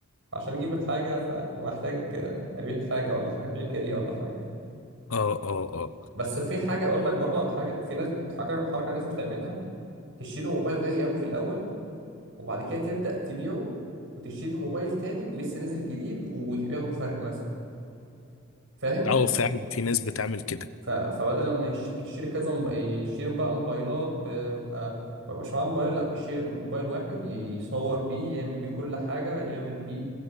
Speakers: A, on the right; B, on the left.
A: عشان اجيب الحاجه فمحتاج ابيع حاجه ولا حاجة- ابيع كليه ولا حاجه
B: اه اه اه
A: بس في حاجه اقول لك برضه على حاجه في ناس حاجه حركه ناس بتعملها تشتري الموبايل غالي قوي في الاول وبعد كده تبدا تبيعه وتشتري الموبايل تاني لسه نازل جديد وياخدوا فرق مثلا فاهم
B: اه فعلا في ناس بتعمل كده
A: ف... فبدل لما يشتري يشتري كذا موب- يشتري بقى موبايلات بيبقى ما بيبقاش معاه موبايل لا بيشتري موبايل واحد يصور بيه يعمل بيه كل حاجه يعمل بيه